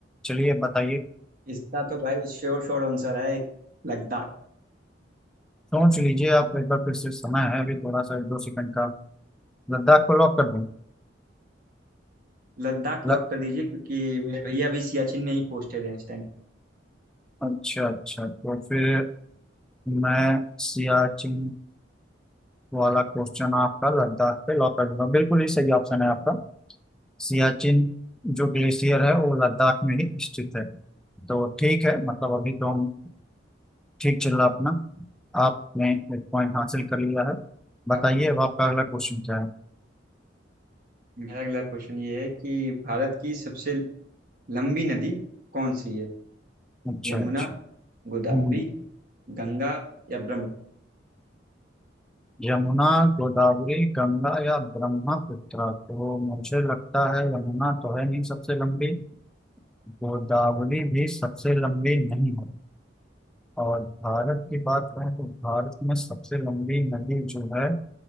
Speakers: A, in the centre; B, on the right.
A: चलिए बताइए
B: इसका तो भाई श्योर श्योर आंसर है लद्दाख
A: सोच लीजिए आप एक बार फिर से समय है अभी थोड़ा सा एक दो सेकंड का लद्दाख को लॉक कर दें
B: लद्दाख
A: ल...
B: लॉक कर दीजिए क्योंकि मेरे भैया अभी सियाचिन में ही पोस्टेड हैं इस टाइम
A: अच्छा अच्छा तो फिर मैं सियाचिन वाला क्वेश्चन आपका लद्दाख पे लॉक कर दूंगा बिल्कुल ही सही ऑप्शन है आपका सियाचिन जो ग्लेशियर है वो लद्दाख में ही स्थित है तो ठीक है मतलब अभी तो हम ठीक चल रहा अपना आपने एक पॉइंट हासिल कर लिया है बताइए
B: अब
A: अब आपका अगला क्वेश्चन क्या है
B: मेरा अगला क्वेश्चन ये है कि भारत की सबसे लंबी नदी कौन सी है
A: अच्छा
B: यमुना
A: अच्छा
B: गोदावरी
A: हम्म
B: गंगा या ब्रह्मपुत्र
A: यमुना गोदावरी गंगा या ब्रह्मपुत्र तो मुझे लगता है यमुना तो है नहीं सबसे लंबी गोदावरी भी सबसे लंबी नहीं है और भारत की बात करें तो भारत में सबसे लंबी नदी जो है